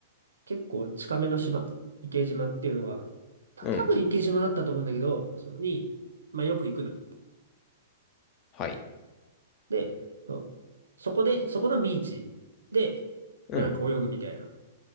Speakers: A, on the right; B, on the left.
A: 結構近めの島、池島っていうのが、た多分池島だったと思うんだけど、
B: うん。
A: そこに、まあよく行くのよ。
B: はい。
A: で、そうそこで、そこのビーチで、
B: うん。
A: まあなんか泳ぐみたいな。っ